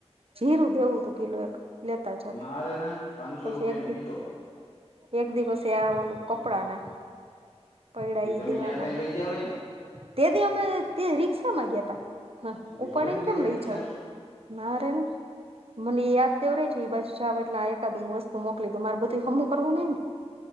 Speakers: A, on the right; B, on the left.
A: જીરું દેવું તું કિલો એક, લેતા જાત
B: ના રે ના પાંચસો
A: પછી
B: રૂપિયા
A: એક
B: નો
A: દી
B: કિલો હે
A: એક દિવસે આ ઓલું કપડાને પયડા
B: એ
A: ઈ
B: તમે
A: દેવાના
B: ગયા તા
A: હે.
B: લઈ જવાય ને
A: તે દી અમે તે રિક્ષામાં ગયાં તા હા
B: બાકી
A: ઉપાડીન
B: ભલે ને
A: કેમ
B: ગયા હોય
A: લઈ
B: રિક્ષામાં
A: જાઉં? ના રે ના. મને એ યાદ દેવરાય જો ઈ બાજુ જાવ એટલે આ એકાદું વસ્તુ મોકલી દવ મારે બધુંય હમું કરવું નહીં ને.